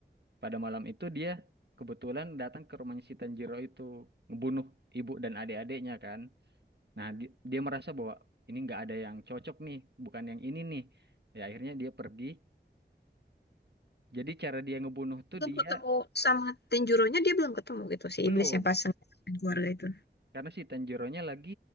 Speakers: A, on the right (about 65°); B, on the left (about 65°).
A: Pada malam itu dia kebetulan datang ke rumahnya si Tanjiro itu ngebunuh ibu dan adik-adiknya kan. Nah, di- dia merasa bahwa ini nggak ada yang cocok nih, bukan yang ini nih. Ya akhirnya dia pergi. Jadi cara dia ngebunuh tuh
B: belum
A: dia
B: ketemu sama Tenjironya dia belum ketemu gitu si
A: belum.
B: iblis yang pasang keluarga itu.
A: Karena si Tanjiro-nya lagi